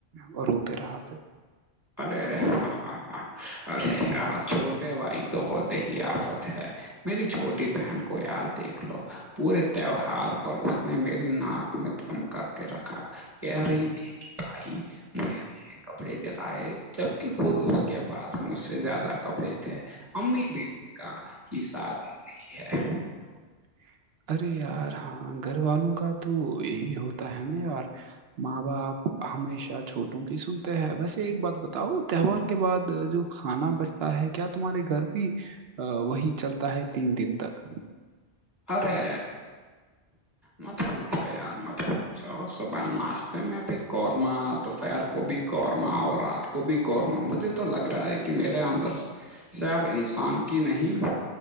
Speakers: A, on the right (about 70°); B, on the right (about 25°).
A: اور روتے رہا پھر
B: ارے ہاں ہاں ارے یار چھوٹے بھائی تو ہوتے ہی آفت ہے میری چھوٹی بہن کو یار دیکھ لو پورے تہوہار پر اس نے میری ناک <unintelligible> میں دم کر کے رکھا کہہ رہی تھی کہ بھائی مجھے نئے کپڑے دل بھائی جبکہ خود اس کے پاس مجھ سے زیادہ کپڑے تھے امی بھی ان کا ہی ساتھ ہے
A: <unintelligible> ارے یار ہاں گھر والوں کا تو یہی ہوتا ہے نا یار ماں
B: ہوں۔
A: آپ ہمیشہ چھوٹوں کی سنتے ہیں ویسے ایک بات بتاؤ تہوار کے بعد جو کھانا بچتا ہے کیا تمہارے گھر بھی وہی چلتا ہے تین دن تک
B: ارے مت پوھو یار مت پوچھو صبح ناشتے میں بھی قورمہ دوپہر کو بھی قورمہ اور رات کو بھی قورمہ مجھے تو لگ رہا ہے کہ میرے اندر <unintelligible> سب انسان کی نہیں